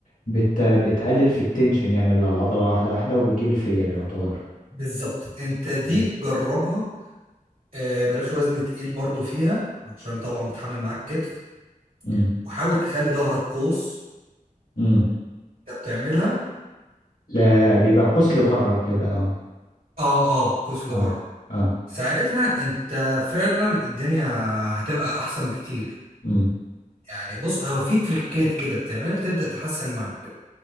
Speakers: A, on the left (about 80°); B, on the right (about 85°).
A: بت... بتقلل في التنشن يعني اللي على العضلة واحدة واحدة وبتجيب الفيلير يعتبر
B: بالظبط انت دي
A: مم.
B: جربها آه، بلاش وزن تقيل برضو فيها عشان طبعا بتحمل معاك كتف
A: مم.
B: وحاول تخلي ظهرك قوس
A: مم.
B: انت بتعملها
A: لا بيبقى قوس لبره كده اه
B: اه اه قوس لبره
A: اه اه
B: ساعتها انت فعلا الدنيا هتبقى احسن بكتير
A: مم.
B: يعني بص هو في تريكات كده بتعملها تبدأ تحسن معاك